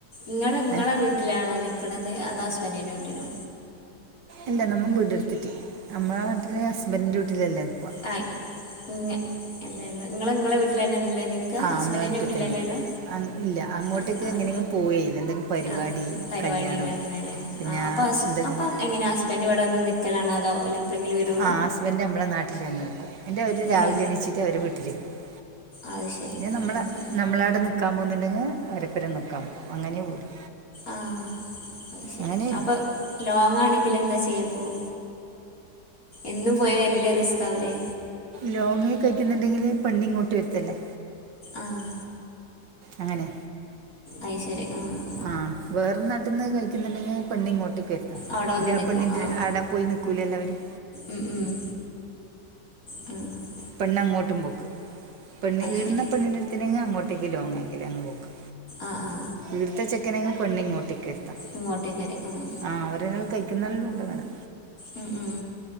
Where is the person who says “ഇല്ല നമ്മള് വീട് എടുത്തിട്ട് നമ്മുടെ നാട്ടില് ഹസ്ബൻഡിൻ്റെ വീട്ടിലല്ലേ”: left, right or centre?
Right